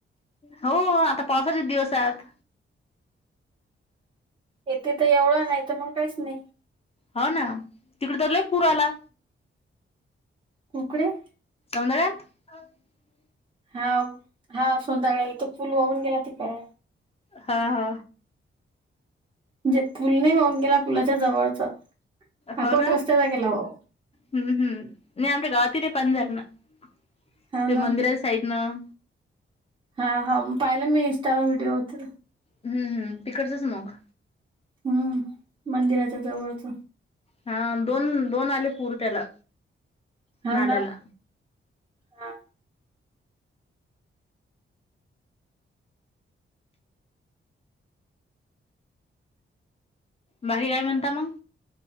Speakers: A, on the left; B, on the right.
A: हो आता पावसाचे दिवस हायत
B: येथे तर एवढं नाही तर मग काहीच नाही
A: हो ना तिकडे तर पुर आला
B: कुकडेे
A: <unintelligible>
B: हा हा सोंतााळ इथ पुल वाहुन गेला तिकडे.
A: हा हा.
B: म्हणजे फुल नाही वाहून गेला फुलाच्या जवळचा अकोट
A: हो ना
B: रस्त्याचा गेला वा.
A: हम्म हम्म नाय आमच्या गावातिल. <inaudible>
B: हाव
A: ते
B: ना
A: मंदिराच्या साइडनं.
B: हा हा म पाहिलं मी इंस्टावर व्हिडिओ होत.
A: हम्म हम तिकडचचं मग.
B: हम्म मंदिराच्या जवळचं
A: हा दोन दोन आले पुर त्याला
B: हाव
A: नाल्याला.
B: ना हा.
A: बाकी काय म्हणता मग.